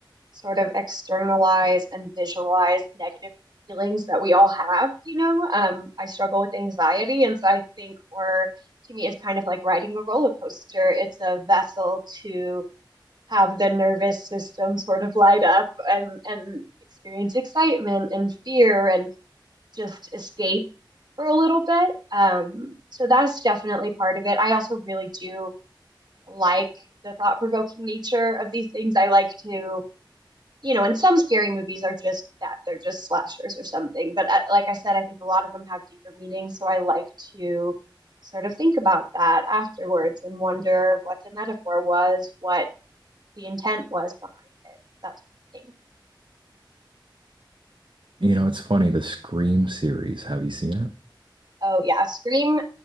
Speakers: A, on the right; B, on the right.
A: sort of externalize and visualize negative feelings that we all have, you know? Um, I struggle with anxiety, and so I think horror to me is kind of like riding a roller coaster. It's a vessel to have the nervous system sort of light up and and experience excitement and fear and just escape for a little bit. Um, so that's definitely part of it. I also really do like the thought-provoking nature of these things. I like to, you know, and some scary movies are just that, they're just slashers or something. But uh, like I said, I think a lot of them have deeper meaning, so I like to sort of think about that afterwards and wonder what the metaphor was, what the intent was behind it, that sort of thing.
B: You know, it's funny, the Scream series, have you seen it?
A: Oh yeah, Scream